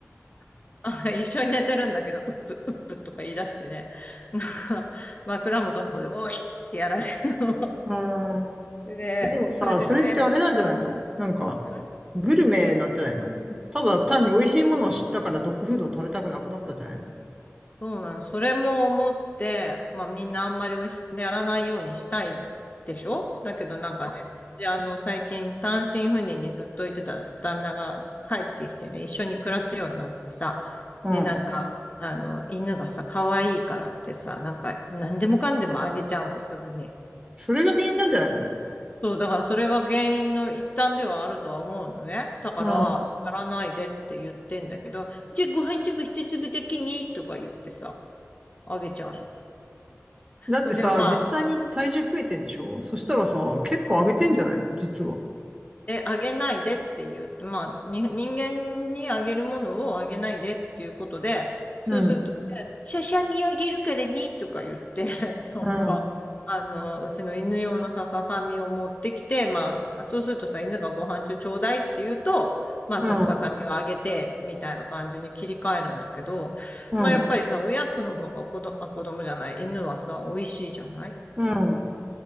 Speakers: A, on the left (about 35°); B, on the right (about 15°).
A: <laughs> あ一緒に寝てるんだけど、うっぷ、うっぷとか言い出してね、<laughs> なんか枕元の方で、おいってやられるの。
B: うーん。
A: で、
B: でもさ、
A: それで、
B: それってあれなんじゃないのなんか、
A: ん
B: グルメなんじゃないのただ単に美味しいものを知ったからドッグフードを食べたくなくなったんじゃないの
A: そうなん、それも思って、まあみんなあんまりおし、やらないようにしたいでしょだけどなんかね、であの、最近単身赴任にずっといてた旦那が帰ってきてね、一緒に暮らすようになってさ、
B: うん。
A: で、なんか、
B: うん。
A: あの、犬がさ、可愛いからってさ、なんか、何でもかんでもあげちゃうの、すぐに。
B: それが原因なんじゃないの
A: そう、だからそれが原因の一端ではあるとは思うのね。だから、
B: うん。
A: やらないでって言ってんだけど、じゃあご飯粒一粒的にとか言ってさ、あげちゃう
B: だってさ、
A: の。<laughs> で、まあ、
B: 実際に体重増えてんでしょそしたらさ、結構上げてんじゃないの実は。
A: うんえ、あげないでって言うと、まあ、に人間にあげるものをあげないでっていうことで、そうすると、
B: うん。
A: しゃしゃみあげるからにとか言って、<laughs> なんか、
B: うん。
A: あの、うちの犬用のさ、ささみを持ってきて、まあ、そうするとさ、犬がご飯中ちょうだいって言うと、まあ、
B: うん、
A: そのささみをあげて、みたいな感じに切り替えるんだけど、
B: うん、
A: まあ、やっぱりさ、おやつの方が子ど、あ、子供じゃない、犬はさ、美味しいじゃない
B: うん、